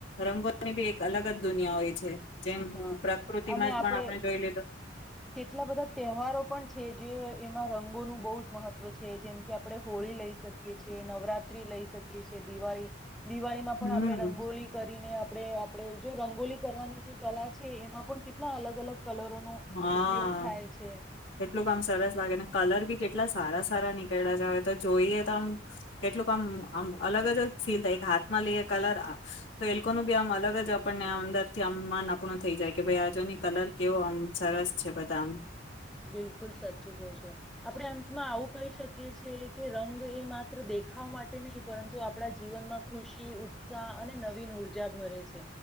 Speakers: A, on the left; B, in the centre.
A: રંગોની બી એક અલગ જ દુનિયા હોય છે. જેમ
B: હા
A: પ્રકૃતિમાં
B: અને
A: જ
B: આપડે
A: પણ આપણે જોઈ લીધું
B: કેટલા બધા તહેવારો પણ છે જે એમાં રંગોનું. બહુ જ મહત્વ છે જેમ કે આપડણે હોળી લઈ શકીએ છ છેએ નવરાત્રી લઈ શકીએ છ છેએ દિવાળી. દિવાળીમાં
A: હમ
B: પણ આપડણે રંગોલી કરીને. આપડે આપડે જો રંગોલી. કરવાની જે કલા છે એમાં પણ કેટલા અલગ અલગ. કલરોનો
A: હા
B: ઉપયોગ થાય છે
A: કેટલું કામ સરસ લાગે કલર બી કેટ. કેટલા સારા સારા નીકળ્યા જય તો જોઈએ તો આમ કેટલુંક આમ આમ અલગ જ ફીલ થાય કે હાથમાં લઈએ કલર તો એ લોકોનું બી આમ અલગ જ આપણને અંદર થી આમ મન આપણું થઈ જાય કે ભાઈ આજુની કલર કેવો આમ. સરસ છે બદામ.
B: બિલકુલ સાચું કહો છો આપણે અંતમાં આવું કહી શકીએ છીએ કે રંગ એ માત્ર દેખાવ માટે નહીં પરંતુ આપણા જીવનમાં. ખુશી ઉત્સાહ અને. નવીન ઉર્જા ભરે છે.